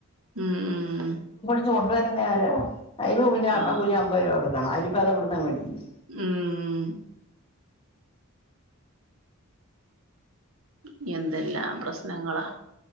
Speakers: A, on the right (about 65°); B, on the left (about 25°).
A: ഉം ഉം
B: കൊണ്ട് വരുന്നേ ആരാ അയിനും പിന്നെ ഓട്ടോ
A: ആഹ്
B: കൂലി അമ്പരൂപ കൊട് ക്കണം അയിന് ഇപ്പത് ഇവിടന്നാ മേടിക്കുന്ന
A: ഉം ഉം എന്തെല്ലാം പ്രസ്നങ്ങളാ